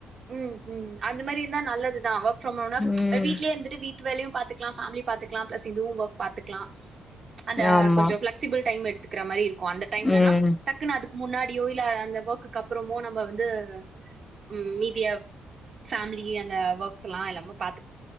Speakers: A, on the right; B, on the left.
A: உம் உம் அந்த மாரி இருந்தா நல்லதுதா வொர்க் ப்ரம் ஹோம்னா ம்ச்
B: ம்
A: வீட்லயே இருந்துட்டு வீட்டு வேலையும் பாத்து லாம் பேமிலி பாத்துக்லா பிளஸ் இதுவு ஒர்க் பாத்துக்லா ப்ச் அந்த
B: ஆமா
A: கொஞ்சோ ஃபிளெக்சிபிள் டைம் எடுத்து இருக்க மாரி அந்த டைம்லனா
B: ம்
A: ப்ச் டக்குனு அது முன்னாடியோ இல்ல அந்த வொர்க்கு அப்றமோ நம் ம வந்து ம் மீ தி பேமிலி அந்த ஒர்க்ஸ் எல்லா எல்லாமே பாத்து